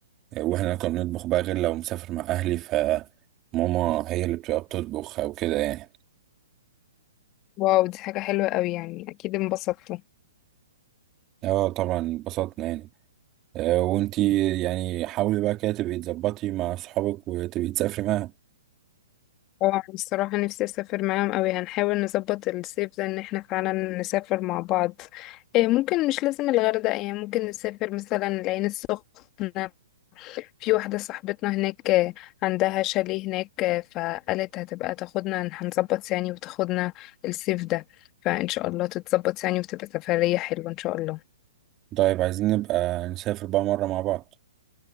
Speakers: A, on the right (about 25°); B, on the left (about 30°).
A: آه، واحنا كنا بنطبخ بقى غير لو مسافر مع أهلي فماما هي اللي بتبقى بتطبخ أو كده يعني
B: واو دي حاجة حلوة قوي يعني اكيد انبسطتوا
A: اه طبعا اتبسطنا يعني آه، وانتي يعني حاولي بقى كده تبقي تظبطي مع صحابك وتبقي تسافري معاهم
B: اه أنا الصراحة نفسي اسافر معاهم قوي هنحاول نظبط الصيف ده ان احنا فعلا نسافر مع بعض إيه ممكن مش لازم الغردقة يعني ممكن نسافر مثلا العين السخنة في واحدة صاحبتنا هناك آه، عندها شاليه هناك آه، فقالت هتبقى تاخدنا هنظبط يعني وتاخدنا الصيف ده فإن شاء الله تتظبط يعني وتبقى سفرية حلوة إن شاء الله
A: طيب عايزين نبقى نسافر بقى مرة مع بعض